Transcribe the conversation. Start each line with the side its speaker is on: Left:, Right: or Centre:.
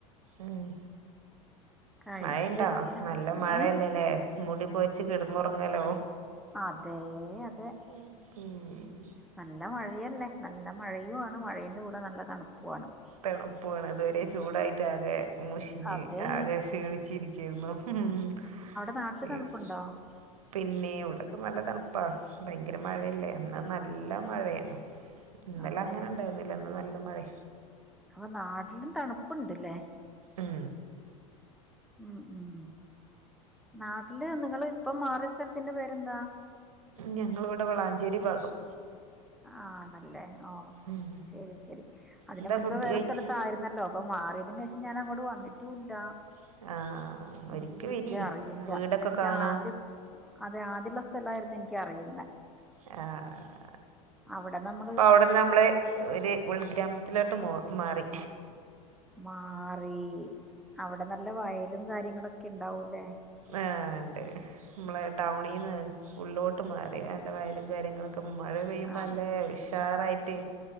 Right: ആഹ്
Centre: കഴിച്ചല്ല
Right: മഴയുണ്ടോ നല്ല മഴയല്ലല്ലേ
Centre: ഏ
Right: മൂടി പൊതച്ച് കിടന്നുറങ്ങാലോ
Centre: അതേ അതെ
Right: <inaudible>
Centre: നല്ല മഴയല്ലേ നല്ല മഴയു ആണ് മഴേന്റെ കൂടെ നല്ല തണുപ്പു ആണ്.
Right: തണുപ്പു ആണ് അതുവരെ ചൂടായിട്ട് ആകെ മുഷ്ഞ്ഞ്
Centre: അതേ
Right: ആകെ ക്ഷീണി ചിരിക്കായിർന്നു. മ് അവിടെ
Centre: നാട്ടില് തണുപ്പുണ്ടോ
Right: രാത്രി <unintelligible> പിന്നെ ഇവിടക്കെ നല്ല തണുപ്പാ ഭയങ്കര മഴയല്ലേ ന്ന് നല്ല മഴയാണ് ഇന്നലെ
Centre: അതെ
Right: അങ്ങനെ ഇണ്ടായിർന്നില്ല ഇന്ന് നല്ല മഴേ
Centre: അപ്പോ നാട്ടിലും തണുപ്പുണ്ട്ല്ലേ
Right: ഉം
Centre: ഉം ഉം നാട്ടില് നിങ്ങള് ഇപ്പം മാറിയ സ്ഥലത്തിന്റെ പേരെന്താ?
Right: ഞങ്ങളിവിടെ വളാഞ്ചേരി ഭാഗം
Centre: ആണല്ലേ ഓ
Right: ഉം
Centre: ശരി ശരി അതിന്
Right: എന്താ
Centre: മുൻപ്
Right: ഫുഡ്
Centre: വേറെ
Right: കഴിച്ച്
Centre: സ്ഥലത്തായിരുന്നല്ലോ അപ്പൊ മാറിയതിന് ശേഷം ഞാൻ അങ്ങോട്ട് വന്നിട്ടുംല്ല
Right: ആഹ് ആഹ്
Centre: എനിക്ക്
Right: ഒരിക്ക
Centre: കൃത്യം
Right: വരി
Centre: അറിയില്ല
Right: വീടൊക്കെ
Centre: എനിക്ക്
Right: കാണാ
Centre: ആദ്യ അതെ ആദ്യള്ള സ്ഥലായിർന്നു എനിക്ക് അറിയുന്നെ
Right: ആഹ്
Centre: അവടെ നമ്മ
Right: ഇപ്പ ഔട്ന്ന് നമ്മള് ഒർ ഉൾഗ്രാമത്തിലോട്ട് മോ മാറി
Centre: മാറീ അവിടെ നല്ല വയലും കാര്യങ്ങളൊക്കെണ്ടാവൂല്ലേ
Right: ആഹ് ഇണ്ട് നമ്മളെ ടൗണീന്ന് ഉള്ളോട്ട് മാറി നല്ല വയ്ലും കാര്യങ്ങളും മഴ പെയ്യുമ്പോ
Centre: അ
Right: നല്ല ഉഷാറായിട്ട്